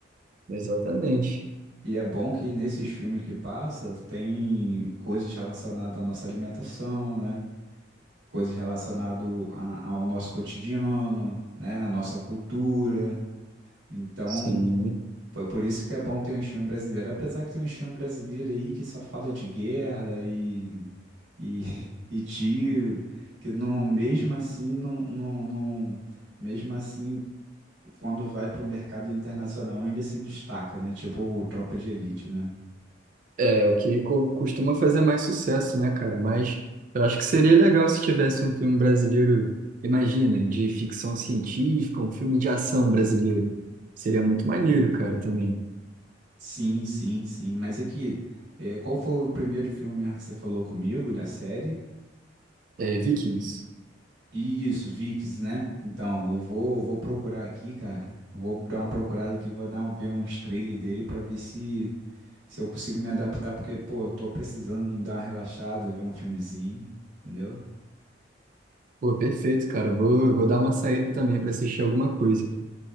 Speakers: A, on the right (about 45°); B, on the right (about 75°).
A: exatamente.
B: E é bom que nesses filmes que passa tem coisas relacionadas à nossa alimentação, né? Coisas relacionadas a- ao nosso cotidiano, né? À nossa cultura. Então,
A: Sim.
B: Foi por isso que é bom ter um filme brasileiro. Apesar que tem um filme brasileiro aí que só fala de guerra e, e, <laughs> e tiro, que não, mesmo assim, não, não, não- mesmo assim, quando vai pro mercado internacional ainda se destaca, né? Tipo o Tropa de Elite, né?
A: É, o que co- costuma fazer mais sucesso, né, cara? Mas eu acho que seria legal se tivesse um filme brasileiro, imagina, de ficção científica, um filme de ação brasileiro. Seria muito maneiro, cara, também.
B: Sim, sim, sim. Mas aqui, é, qual foi o primeiro filme mesmo que você falou comigo da série?
A: É, Vikings.
B: Isso, VIX, né? Então, eu vou, eu vou procurar aqui, cara. Eu vou dar uma procurada aqui, vou dar um- ver uns trailers dele pra ver se se eu consigo me adaptar, porque, pô, eu tô precisando dar uma relaxada, ver um filmezinho, entendeu?
A: Pô, perfeito, cara. Vou, vou dar uma saída também para assistir alguma coisa.